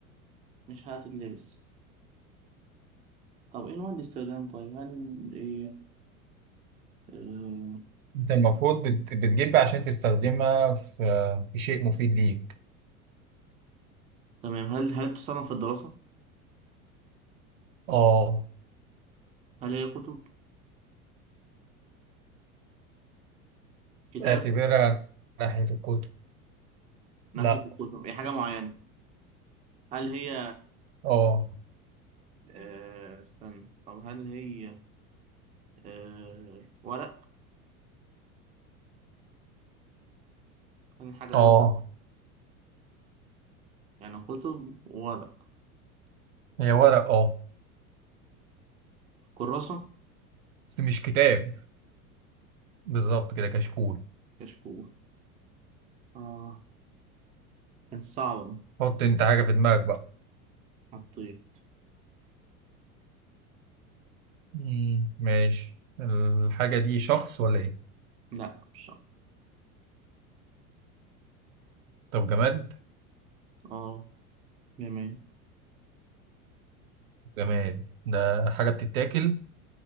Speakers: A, on the right; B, on the right.
A: مش حاجة تلبس طب ايه نوع الاستخدام طيب هل ايه آه...
B: انت المفروض بت- بتجيب عشان تستخدمها في في شيء مفيد ليك
A: تمام هل هل بتستخدم في الدراسة
B: اه
A: هل هي كتب كتاب
B: اعتبرها ناحية الكتب
A: ناحية
B: لا
A: الكتب هي حاجة معينة هل هي
B: اه
A: آه، استنى طب هل هي آه، ورق هل الحاجة دي
B: اه
A: ورق يعني كتب وورق
B: هي ورق اه
A: كراسة
B: بس مش كتاب بالظبط كده كشكول
A: كشكول اه كانت صعبة دي.
B: حط انت حاجة في دماغك بقى
A: حطيت
B: مم. ماشي الحاجة دي شخص ولا ايه
A: لا مش صعب
B: طب جماد
A: اه جميل
B: جماد ده حاجة بتتاكل